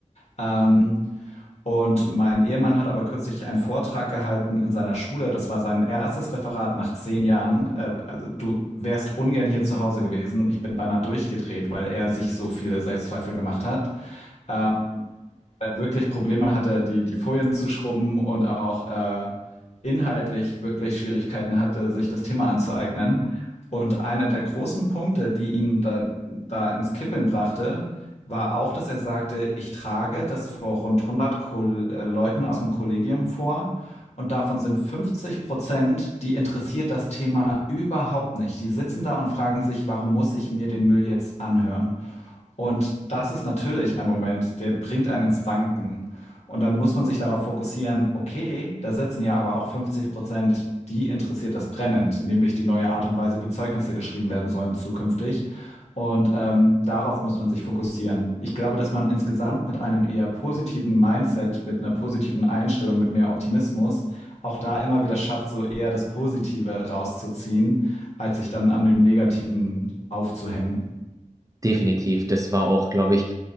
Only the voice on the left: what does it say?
Ähm, und mein Ehemann hat aber kürzlich einen Vortrag gehalten in seiner Schule. Das war sein erstes Referat nach zehn Jahren. Äh, also du wärst ungern hier zu Hause gewesen. Ich bin beinahe durchgedreht, weil er sich so viele Selbstzweifel gemacht hat. Ähm, äh, wirklich Probleme hatte, die, die Folien zu schrubben und auch äh, inhaltlich wirklich Schwierigkeiten hatte, sich das Thema anzueignen. Und einer der großen Punkte, die ihn da, da ins Kippeln brachte, war auch, dass er sagte, ich trage das vor rund 100 Ko äh, Leuten aus dem Kollegium vor. Und davon sind 50 Prozent, die interessiert das Thema überhaupt nicht. Die sitzen da und fragen sich, warum muss ich mir den Müll jetzt anhören? Und das ist natürlich ein Moment, der bringt einen ins Wanken. Und dann muss man sich darauf fokussieren, okay, da sitzen ja aber auch 50 Prozent, die interessiert das brennend, nämlich die neue Art und Weise, wie Zeugnisse geschrieben werden sollen zukünftig. Und ähm, darauf muss man sich fokussieren. Ich glaube, dass man insgesamt mit einem eher positiven Mindset, mit einer positiven Einstellung, mit mehr Optimismus, auch da immer wieder schafft, so eher das Positive rauszuziehen, als sich dann an dem Negativen aufzuhängen.